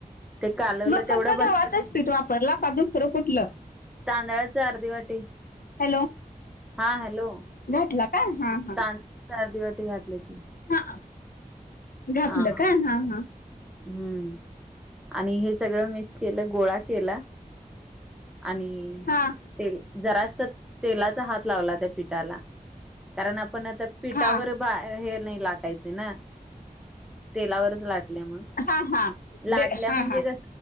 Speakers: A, in the centre; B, on the left.
A: ते कालवलं
B: मग
A: तेवढं
B: फक्त
A: बसलं.
B: गव्हाचच पीठ वापरला का दुसरं
A: <inaudible>
B: कुठलं
A: तांदळाची अर्धी वाटी.
B: हॅलो,
A: हा हॅलो
B: घातला काय हा, हा.
A: तांदळाच अर्धी वाटी घातलं की.
B: हा, घातलं
A: हा
B: काय हा, हा.
A: हम्म, आणि हे सगळं मिक्स केलं गोळा केला. आणि.
B: हा
A: तेल जरास तेलाचा हात लावला त्या पिठाला कारण आपण आता. पिठावर
B: हा
A: बा हे नाही लाटायचे ना. तेलावरच लाटल्या मग
B: हा हा
A: लाटल्या
B: दे हा
A: म्हणजे
B: हा
A: कस.